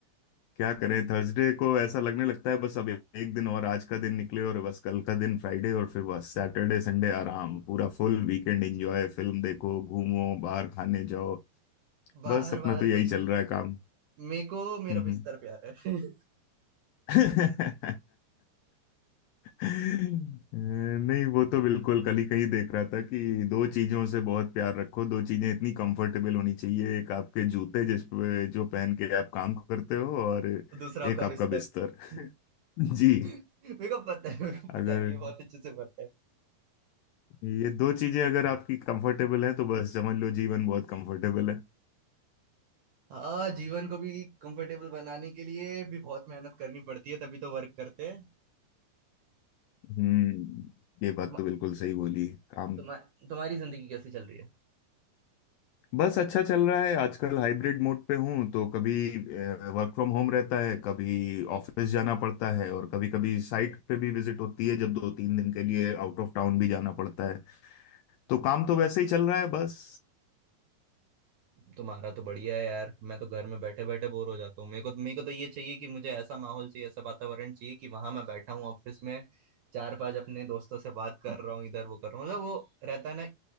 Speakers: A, on the left (about 85°); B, on the right (about 70°).
A: क्या करें थर्सडे को ऐसा लगने लगता है बस अब एक दिन और आज का दिन निकले और बस कल का दिन फ्राइडे और फिर बस सैटरडे संडे आराम पूरा फुल वीकेंड एंजॉय फिल्म देखो घूमो बाहर खाने जाओ
B: <laughs> बाहर
A: बस अपना
B: बाहर
A: तो यही
B: कुछ
A: चल
B: नहीं
A: रहा है काम
B: मेरे को मेरा
A: हम्म
B: बिस्तर
A: हम्म।
B: प्यार है <laughs>
A: <laughs> नहीं वो तो बिल्कुल कल ही कहीं देख रहा था कि दो चीजों से बहुत प्यार रखो दो चीजें इतनी कंफर्टेबल होनी चाहिए एक आपके जूते जिस पे जो पहन के आप काम करते हो और एक
B: तो दूसरा आपका
A: आपका
B: बिस्तर
A: बिस्तर
B: <laughs>
A: <laughs> जी
B: मेरे को पता है मेरे को
A: अगर
B: पता है ये बहुत अच्छे से पता है
A: ये दो चीजें अगर आपकी कंफर्टेबल हैं तो बस समझ लो जीवन बहुत कंफर्टेबल है
B: हाँ जीवन को भी कंफर्टेबल बनाने के लिए भी बहुत मेहनत करनी पड़ती है तभी तो वर्क करते हैं
A: हम्म ये बात
B: तुम,
A: तो बिल्कुल सही बोली काम
B: तुम्हा, तुम्हारी जिंदगी कैसे चल रही है
A: बस अच्छा चल रहा है आजकल हाइब्रिड मोड पे हूँ तो कभी वर्क फ्रॉम होम रहता है कभी ऑफिस जाना पड़ता है और कभी कभी साइट पे भी विजिट होती है जब दो तीन दिन के लिए आउट ऑफ टाउन भी जाना पड़ता है तो काम तो वैसे ही चल रहा है बस
B: तुम्हारा तो बढ़िया है यार मैं तो घर में बैठे बैठे बोर हो जाता हूँ मेरे को तो, मेरे को तो ये चाहिए कि मुझे ऐसा माहौल चाहिए ऐसा वातावरण चाहिए कि वहां मैं बैठा हूँ ऑफिस में चार पांच अपने दोस्तों से बात कर रहा हूँ इधर वो कर रहा हूँ मतलब वो रहता है ना